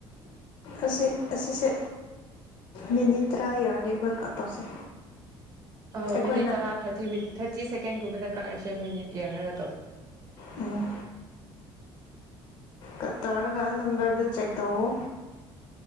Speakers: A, on the left; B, on the right.
A: ꯑꯁꯤ ꯑꯁꯤꯁꯦ ꯃꯤꯅꯤꯠ ꯇꯔꯥ ꯌꯧꯔꯗꯤ ꯑꯈꯣꯏ ꯀꯠ ꯇꯧꯁꯦ
B: ꯑ ꯥꯃꯤꯅꯤꯠ
A: ꯑꯩꯈꯣꯏꯅ
B: ꯇꯔꯥ ꯊꯥꯔꯇꯤ ꯃꯤꯅꯤꯠ ꯊꯥꯔꯇꯤ ꯁꯦꯀꯦꯟꯒꯨꯝꯕꯗ ꯀꯛꯂꯁꯦ ꯑꯈꯣꯏꯅꯤ ꯌꯦꯡꯅꯔꯒ
A: ꯎꯝ ꯀꯠ ꯇꯧꯔꯒ ꯅꯝꯕꯔꯗꯨ ꯆꯦꯛ ꯇꯧꯑꯣ